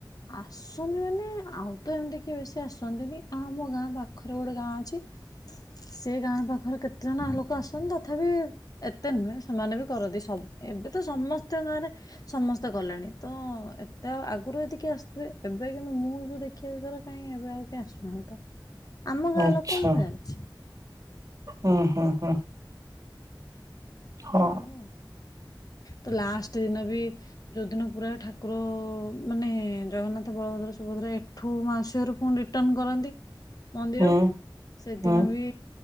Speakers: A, on the left; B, on the right.
A: ଆସ୍ ଆସନ୍ତି ମାନେ, ଆଉ ତ ଏମିତି କି ବେଶୀ ଆସନ୍ତିନି, ଆଉ ଆମ ଗାଁ ପାଖରେ ଗୋଟେ ଗାଁ ଅଛି ସେ ଗାଁ ପାଖରେ କେତେଜଣ ଲୋକ ଆସନ୍ତି, ତଥାପି ଏ ଏତେ ନୁହେଁ ସେମାନେ ବି କରନ୍ତି ସବୁ, ଏବେ ତ ସମସ୍ତଙ୍କ ଗାଁରେ ସମସ୍ତେ କଲେଣି। ତ ଏତେ ଆଉ ଆଗରୁ ଏତେ କିଏ ଆସୁଥିବେ, ଏବେ କିନ୍ତୁ ମୁଁ ଯୋଉ ଦେଖିବା ଭିତରେ କାହିଁ ଏବେ ଆଉ କିଏ ଆସୁନାହାନ୍ତି ତ? ଆମ ଗାଁ
B: ଆଚ୍ଛା।
A: ଲୋକ ମୁଁ ଜାଣିଚି।
B: ହୁଁ ହୁଁ ହୁଁ। ହଁ
A: ତ ଏଇ ଆଉ, ତ ଲାଷ୍ଟ ଦିନ ବି ଯୋଉଦିନ ପୁରା ଠାକୁର ଅ ଅ, ମାନେ ଜଗନ୍ନାଥ, ବଳଭଦ୍ର, ସୁଭଦ୍ରା ଏ ଏଠୁ ମାଉସି ଘରୁ ପୁଣି ରିଟନ୍ କରନ୍ତି ମନ୍ଦିରକୁ,
B: ହୁଁ
A: ସେଦିନ
B: ହୁଁ
A: ବି,